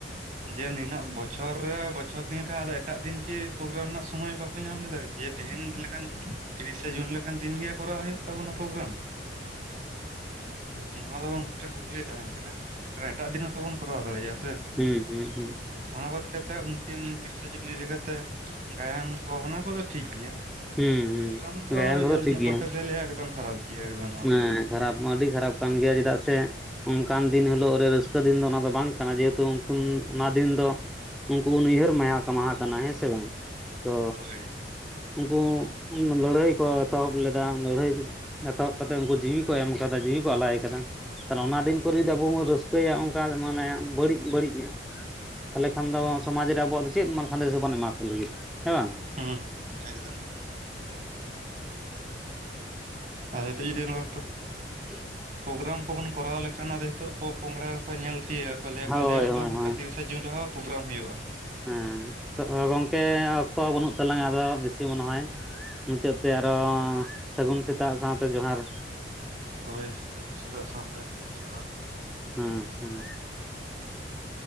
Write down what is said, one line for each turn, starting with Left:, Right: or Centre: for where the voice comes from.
Right: ᱡᱮ ᱱᱤᱱᱟᱹᱜ ᱵᱚᱪᱷᱚᱨ ᱨᱮ ᱵᱚᱪᱷᱚᱨ ᱫᱤᱱ ᱨᱮ ᱟᱫᱚ ᱮᱴᱟᱜ ᱫᱤᱱ ᱠᱤ ᱯᱨᱳᱜᱨᱟᱢ ᱨᱮᱱᱟᱜ ᱥᱚᱢᱚᱭ ᱵᱟᱠᱚ ᱧᱟᱢ ᱞᱮᱫᱟ? ᱡᱮ ᱛᱮᱦᱮᱧ ᱞᱮᱠᱟᱱ ᱛᱤᱨᱤᱥᱮ ᱡᱩᱱ ᱞᱮᱠᱟᱱ ᱫᱤᱱᱜᱮ ᱠᱚᱨᱟᱣ ᱦᱳᱭᱳᱜ ᱛᱟᱵᱚᱱᱟ ᱯᱨᱳᱜᱨᱟᱢ? ᱱᱚᱣᱟ ᱫᱚ ᱩᱱᱠᱩᱴᱷᱮᱱ ᱠᱩᱠᱞᱤ ᱛᱟᱦᱮᱱ ᱠᱟᱱᱟ? ᱮᱴᱟᱜ ᱫᱤᱱ ᱦᱚᱸᱛᱚ ᱵᱚᱱ ᱠᱚᱨᱟᱣ ᱫᱟᱲᱮ ᱭᱟᱜᱼᱟ ᱥᱮ?
Centre: ᱦᱩᱸᱻ ᱦᱩᱸᱻ ᱦᱩᱸᱻ᱾
Right: ᱚᱱᱟ ᱵᱟᱫ ᱠᱟᱛᱮᱜ ᱩᱱᱠᱤᱱ ᱛᱤᱨᱤᱥᱟ ᱡᱩᱱ ᱤᱫᱤ ᱠᱟᱛᱮᱜ ᱜᱟᱭᱟᱱ ᱠᱚ ᱚᱱᱟ ᱠᱚᱫᱚ ᱴᱷᱤᱠ ᱜᱮᱭᱟ᱾
Centre: ᱦᱩᱸ ᱦᱩᱸ
Right: ᱯᱨᱳᱜᱨᱟᱢ ᱫᱚ
Centre: ᱜᱟᱭᱟᱱ ᱠᱚᱫᱚ
Right: ᱟᱞᱤᱧᱟᱜ
Centre: ᱴᱷᱤᱠ ᱜᱮᱭᱟ
Right: ᱯᱚᱠᱠᱷᱮ ᱛᱮ ᱞᱮᱭᱟ ᱮᱠᱫᱚᱢ ᱠᱷᱟᱨᱟᱯ᱾ ᱜᱮᱭᱟ ᱮᱠᱫᱚᱢ ᱱᱚᱣᱟ
Centre: ᱦᱮᱸ
Right: ᱫᱚ
Centre: ᱠᱷᱟᱨᱟᱯ ᱢᱟ ᱟᱹᱰᱤ ᱠᱷᱟᱨᱟᱯ ᱠᱟᱱ ᱜᱮᱭᱟ ᱪᱮᱫᱟᱜ ᱥᱮ ᱚᱱᱠᱟᱱ ᱫᱤᱱ ᱦᱤᱞᱳᱜ ᱨᱮ ᱨᱟᱹᱥᱠᱟᱹ ᱫᱤᱱ ᱫᱚ ᱚᱱᱟ ᱫᱚ ᱵᱟᱝ ᱠᱟᱱᱟ ᱡᱮᱦᱮᱛᱩ ᱩᱱ ᱚᱱᱟ ᱫᱤᱱ ᱫᱚ ᱩᱱᱠᱩ ᱩᱱᱭᱦᱟᱹᱨ ᱢᱟᱭᱟ ᱢᱟᱦᱟ ᱠᱟᱱᱟ ᱦᱮᱸ ᱥᱮ ᱵᱟᱝ ᱛᱚ
Right: ᱦᱳᱭ
Centre: ᱩᱱᱠᱩ ᱩᱱ ᱞᱟᱹᱲᱦᱟᱹᱭ ᱠᱚ ᱮᱛᱚᱦᱚᱵ ᱞᱮᱫᱟ ᱞᱟᱹᱲᱦᱟᱹᱭ ᱮᱛᱚᱦᱚᱵ ᱠᱟᱛᱮ ᱩᱱᱠᱩ ᱡᱤᱣᱤ ᱠᱚ ᱮᱢ ᱠᱟᱫᱟ, ᱡᱤᱣᱤ ᱠᱚ ᱟᱞᱟᱭ ᱠᱟᱫᱟ ᱟᱨ ᱚᱱᱟ ᱫᱤᱱ ᱠᱚᱨᱮ ᱡᱩᱫᱤ ᱟᱵᱚ ᱵᱚᱱ ᱨᱟᱹᱥᱠᱟᱹ ᱠᱟᱹᱭᱟ ᱚᱱᱠᱟ ᱢᱟᱱᱮ ᱵᱟᱹᱲᱤᱡ-ᱵᱟᱹᱲᱤᱡ ᱛᱟᱦᱚᱞᱮ ᱠᱷᱟᱱ ᱫᱚ ᱥᱚᱢᱟᱡ ᱨᱮ ᱟᱵᱚᱣᱟᱜ ᱫᱚ ᱪᱮᱫ ᱥᱟᱸᱫᱮᱥᱵᱚᱱ ᱮᱢᱟ ᱠᱚ ᱞᱟᱹᱜᱤᱫ ᱦᱮᱸ ᱵᱟᱝ?
Right: ᱦᱩᱸ ᱮᱠᱫᱚᱢ᱾ ᱟᱫᱚ ᱦᱤᱛᱚ ᱡᱚ ᱫᱤᱱ ᱵᱟᱯ <unintelligible>
Centre: ᱴᱷᱤᱠ <inaudible>
Right: ᱯᱨᱳᱜᱨᱟᱢ ᱠᱚᱵᱚᱱ ᱠᱚᱨᱟᱣ ᱞᱮᱠᱷᱟᱱ ᱟᱫᱚ ᱱᱤᱛᱚᱜ ᱯᱚᱼ ᱯᱚᱝᱲᱟ ᱠᱚ ᱧᱮᱞ ᱛᱤᱭᱳᱜᱟ, ᱠᱚ ᱞᱮ. ᱭᱟ
Centre: ᱦᱳᱭ
Right: ᱠᱚ ᱟᱞᱮᱭᱟᱜ ᱫᱚ
Centre: ᱦᱳᱭ
Right: ᱱᱚᱠᱟ
Centre: ᱦᱳᱭ
Right: ᱛᱤᱨᱤᱥ ᱥᱮ ᱡᱩᱱ ᱨᱮᱦᱚᱸ ᱯᱨᱳᱜᱨᱟᱢ ᱦᱳᱭᱳᱜᱼᱟ᱾
Centre: ᱦᱮᱸ, ᱛᱚ ᱜᱚᱝᱠᱮ ᱚᱠᱛᱚ ᱵᱟᱹᱱᱩᱜ ᱛᱟᱞᱟᱝᱟ ᱟᱫᱚ ᱵᱮᱥᱤ ᱢᱚᱱᱮ ᱦᱚᱭ ᱢᱩᱪᱟᱹᱫ ᱛᱮ ᱟᱨᱚ ᱥᱟᱹᱜᱩᱱ ᱥᱮᱛᱟᱜ ᱥᱟᱶᱛᱮ ᱡᱚᱦᱟᱨ᱾
Right: ᱦᱳᱭ ᱥᱟᱹᱜᱩᱱ ᱥᱮᱛᱟᱜ ᱥᱟᱶᱛᱮ ᱡᱚᱦᱟᱨ᱾
Centre: ᱦᱮᱸᱻ ᱦᱮᱸᱻ᱾
Right: <inaudible>